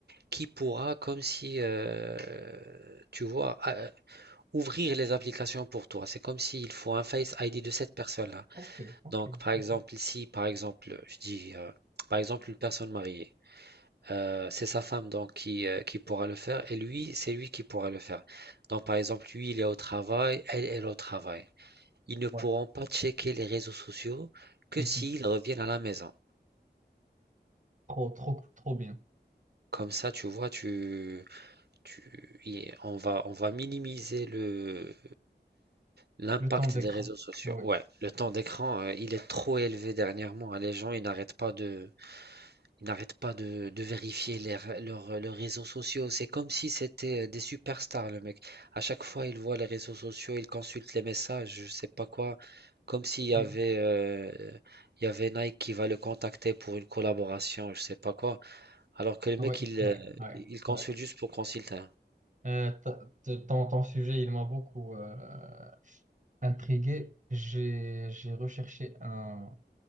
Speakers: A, on the right; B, on the right.
A: qui pourra, comme si, euh, tu vois, a- ouvrir les applications pour toi. C'est comme s'il faut un Face ID de cette personne-là.
B: ok, ok, ok.
A: Donc, par
B: ok.
A: exemple, si, par exemple, je dis, euh, par exemple, une personne mariée. euh, c'est sa femme donc qui, euh, qui pourra le faire et lui, c'est lui qui pourra le faire. Donc par exemple, lui, il est au travail, elle, elle est au travail. Ils ne pourront
B: Ouais.
A: pas checker les réseaux sociaux que
B: <laughs> Mhm.
A: s'ils reviennent à la maison.
B: Trop, trop, trop bien.
A: Comme ça, tu vois, tu, tu, y- on va, on va minimiser le, l'impact
B: Le temps d'écran.
A: des réseaux sociaux.
B: Oui.
A: Ouais, le temps d'écran, euh, il est trop élevé dernièrement. hein. Les gens, ils n'arrêtent pas de, Ils n'arrêtent pas de, de vérifier les r- leurs leurs réseaux sociaux. C'est comme si c'était euh, des superstars, le mec. À chaque fois, il voit les réseaux sociaux, il consulte les messages, je sais pas quoi. Comme s'il y
B: Oui,
A: avait, euh, il y avait Nike qui va le contacter pour une collaboration, je sais pas quoi. Alors que le mec,
B: oui,
A: il,
B: oui.
A: euh, il consulte
B: oui.
A: juste pour consulter.
B: Euh, ta- te- ton, ton sujet, il m'a beaucoup euh, intrigué. J'ai, j'ai recherché un,